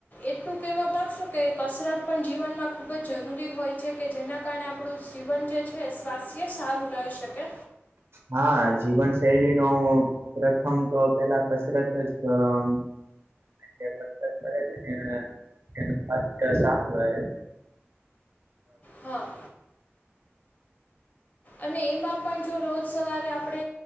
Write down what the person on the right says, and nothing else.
હા જીવન શૈલીનો પ્રથમ તો પેલા કસરત જ આમ જે કસરત કરે છે <inaudible> તેનુ સ્વસ્થ સારું રહે.